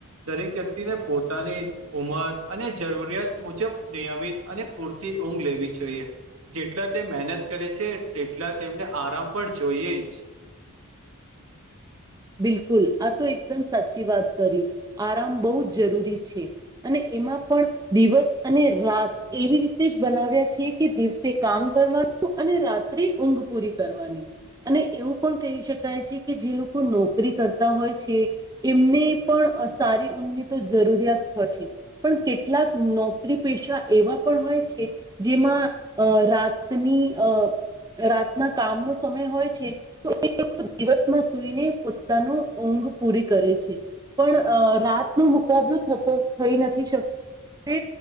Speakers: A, on the right; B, on the right.
A: દરેક વ્યક્તિને પોતાની ઉંમર અને જરૂરિયાત મુજબ નિયમિત અને પૂરતી ઊંઘ લેવી જોઈએ જેટલા તે મહેનત કરે છે, તેટલા તેમને આરામ પણ જોઈએ જ <inaudible>
B: બિલકુલ આ તો એકદમ સાચી વાત કરી આરામ બહુ જ જરૂરી છે, અને એમાં પણ દિવસ અને રાત એવી રીતે જ બનાવ્યા છીએ કે દિવસે કામ કરવાનું અને રાત્રિ ઊંઘ પૂરી કરવાની અને એવું પણ કહી શકાય છે કે જે લોકો નોકરી કરતા હોય છે, એમને પણ અ સારી ઉંઘ તો જરૂરિયાત હોય છે. પણ કેટલાક નોકરી પેશા એવા પણ હોય છે, જેમાં અ રા તની અ રાતના કામ નો સમય હોય છે, તો એ દિવસમાં સુઈને પોતાનું ઊંઘ પૂરી કરે છે પણ અ રાતનો મુકાબલો થતો. થઈ નથી શક તે